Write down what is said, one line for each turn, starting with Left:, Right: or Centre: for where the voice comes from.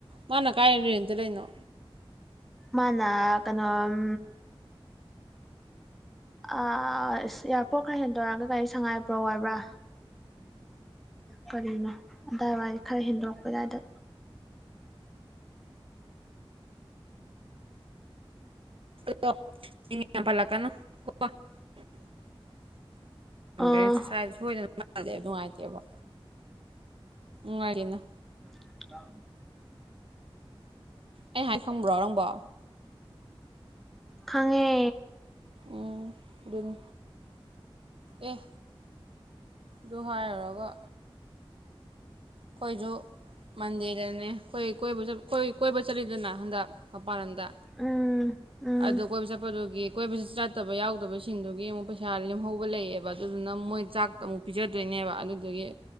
Right: ꯃꯥꯅ ꯀꯥꯏ ꯔꯦꯟꯇ ꯂꯩꯩꯅꯣ
Centre: ꯃꯥꯅ ꯀꯩꯅꯣ ꯎꯝ ꯑꯦꯌꯥꯔꯄꯣꯔꯠ ꯈꯔ ꯍꯦꯟꯗꯣꯔꯛꯑꯒ ꯀꯔꯤ ꯁꯉꯥꯏꯄ꯭ꯔꯧ ꯍꯥꯏꯕ꯭ꯔꯥ ꯀꯔꯤꯅꯣ ꯑꯗꯥꯏꯋꯥꯏ ꯈꯔ ꯍꯦꯟꯗꯣꯛꯄ ꯑꯗꯥꯢꯗ
Right: <unintelligible> ꯃꯤꯡ ꯌꯥꯝ ꯄꯥꯜꯂꯛꯀꯅꯨꯀꯣ <unintelligible>
Centre: ꯑꯥ
Right: ꯁꯣꯏꯗꯅ ꯃꯥꯜꯂꯦ ꯅꯨꯡꯉꯥꯏꯇꯦꯕ ꯅꯨꯡꯉꯥꯏꯇꯦꯅ
Centre: <inaudible>
Right: ꯑꯩ ꯍꯥꯏ ꯈꯪꯕ꯭ꯔꯣ ꯅꯪꯕꯣ
Centre: ꯈꯪꯉꯦ
Right: ꯎꯝ ꯗꯨꯅꯦ ꯑꯦ ꯗꯨ ꯍꯥꯏꯌꯨꯔꯒ ꯈꯣꯏꯖꯨ ꯃꯟꯗꯦꯗꯅꯦ ꯈꯣꯏ ꯀꯣꯏꯕ ꯈꯣꯏ ꯀꯣꯏꯕ ꯆꯠꯂꯤꯗꯅ ꯍꯟꯗꯛ ꯄꯥꯟ ꯂꯝꯗ
Centre: ꯎꯝ ꯎꯝ
Right: ꯑꯗꯨ ꯀꯣꯏꯕ ꯆꯠꯄꯗꯨꯒꯤ ꯀꯣꯏꯕꯁꯤ ꯆꯠꯇꯕ ꯌꯥꯎꯗꯕꯁꯤꯡꯗꯨꯒꯤ ꯑꯃꯨꯛ ꯄꯩꯁꯥ ꯂꯦꯝꯍꯧꯕ ꯂꯩꯌꯦꯕ ꯑꯗꯨꯗꯨꯅ ꯃꯣꯏ ꯆꯥꯛꯇ ꯑꯃꯨꯛ ꯄꯤꯖꯗꯣꯏꯅꯦ ꯅꯦꯕ ꯑꯗꯨꯗꯨꯒꯤ